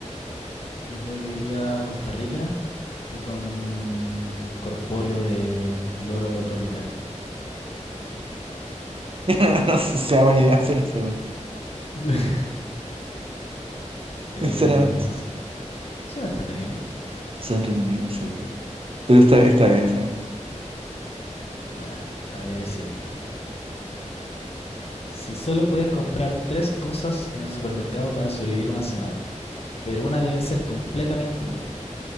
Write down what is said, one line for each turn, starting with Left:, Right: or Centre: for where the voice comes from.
Left: yo creo que iría a Costa Rica y con un corpóreo de loro tropical.
Right: <laughs> No sé si sea buena idea hacer eso, ¿no?
Left: <laughs> Eh,
Right: sinceramente.
Left: no sé, suena entretenido.
Right: Son entretenido, sí. Pero está, está bien, está bien.
Left: Ya, yeah. a ver, siguiente. Si solo puedes comprar tres cosas en el supermercado para sobrevivir una semana, pero una debe ser completamente inútil.